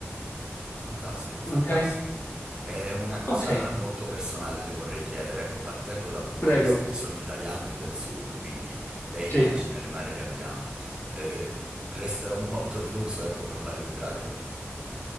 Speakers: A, on the right; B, on the left.
A: Fantastico, fantastico.
B: Ok?
A: È una cosa
B: Ok,
A: molto personale, le vorrei chiedere, ecco, partendo dal punto
B: prego.
A: di vista che sono italiano e del sud, quindi lei immagina
B: Sì.
A: il mare che abbiamo. Eh, resterò molto deluso, ecco, col mare di Brighton.